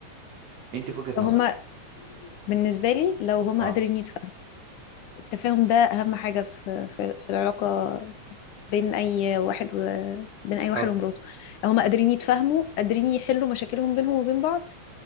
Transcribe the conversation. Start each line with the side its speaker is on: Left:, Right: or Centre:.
Right: انت في وجهه نظرك
Left: لو هما بالنسبة لي لو هما
Right: اه
Left: قادرين يتفاهموا التفاهم ده اهم حاجه في في, في العلاقه بين اي واحد و... بين اي واحد
Right: طب
Left: ومراته هما قادرين يتفاهموا قادرين يحلوا مشاكلهم بينهم وبين بعض